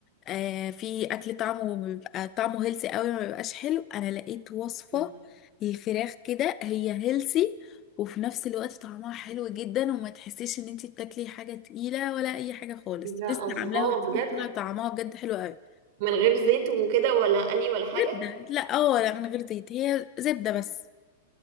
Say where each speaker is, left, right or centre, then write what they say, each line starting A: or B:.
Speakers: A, on the left; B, on the right.
A: آه في اكل طعمه بيبقى طعمه هيلثي قوي ما بيبقاش حلو انا لقيت وصفه
B: مم.
A: للفراخ كده هي هيلثي وفي نفس الوقت طعمها حلو جدا وما تحسيش ان انت بتاكلي حاجه تقيله ولا اي حاجه خالص
B: يا
A: لسه
B: الله
A: عاملاها وطلع
B: بجد
A: طعمها بجد حلو قوي
B: من غير زيت وكده ولا قلي ولا حاجة؟
A: زبده لا اه لا من غير زيت هي زبده بس